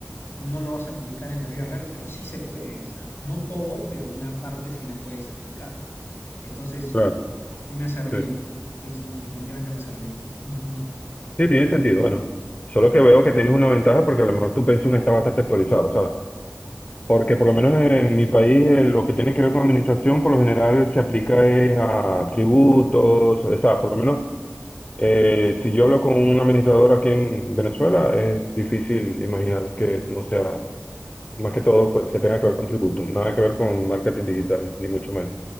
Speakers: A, on the left; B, on the left.
A: no lo vas a aplicar en la vida real, pero sí se puede, o sea, no todo, pero una parte sí la puedes aplicar. Entonces,
B: Claro.
A: sí me ha servido,
B: Sí.
A: sí, sí, definitivamente me ha servido. Ujú.
B: Sí, tiene sentido. Bueno, solo que veo que tienes una ventaja porque a lo mejor tu pensum está bastante actualizado, ¿sabes? Porque por lo menos en mi país eh, lo que tiene que ver con administración por lo general se aplica es a tributos, o sea, por lo menos eh, si yo hablo con un administrador aquí en Venezuela es difícil imaginar que no sea, más que todo pues, que tenga que ver con tributos, nada que ver con marketing digital, ni mucho menos.